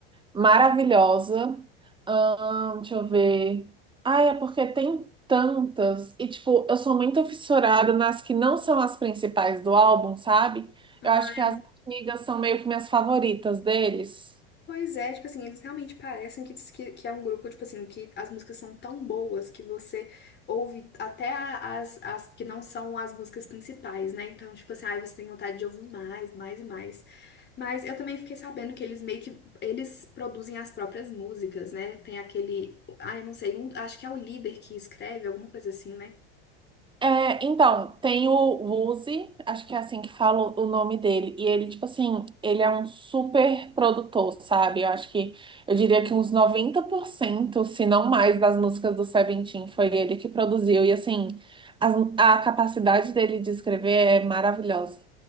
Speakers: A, on the right; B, on the left.
A: maravilhosa. Ahn, deixa eu ver. Ah, é porque tem tantas. E, tipo, eu sou muito fissurada nas que não são as principais do álbum, sabe?
B: Ah,
A: Eu acho que as antigas são meio que minhas favoritas deles.
B: pois é, tipo assim, eles realmente parecem que, diz que, que é um grupo, tipo assim, que as músicas são tão boas que você ouve até a- as, as que não são as músicas principais, né? Então, tipo assim, aí você tem vontade de ouvir mais, mais e mais. Mas eu também fiquei sabendo que eles meio que, eles produzem as próprias músicas, né? Tem aquele, ah, eu não sei, um- acho que é o líder que escreve, alguma coisa assim, né?
A: É, então, tem o Uzi, acho que é assim que fala o nome dele. E ele, tipo assim, ele é um super produtor, sabe? Eu acho que, eu diria que uns 90%, se não mais, das músicas do Seventeen foi ele que produziu. E, assim, as- a, capacidade dele de escrever é maravilhosa.